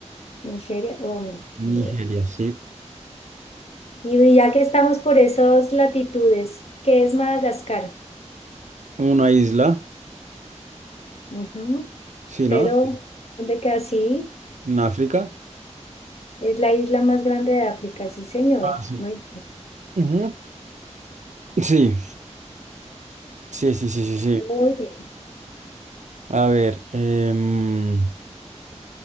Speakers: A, on the left; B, on the right.
A: Nigeria, oh, no,
B: Nigeria,
A: ni idea.
B: sí.
A: Y ya que estamos por esas latitudes, ¿qué es Madagascar?
B: Una isla,
A: Ujú,
B: sí,
A: Pero,
B: ¿no? Sí.
A: ¿dónde queda? Sí,
B: En África.
A: es la isla más grande de África, sí, señor.
B: Ah, sí.
A: Muy,
B: Ujú. Sí, sí, sí, sí, sí, sí.
A: muy bien.
B: A ver, em,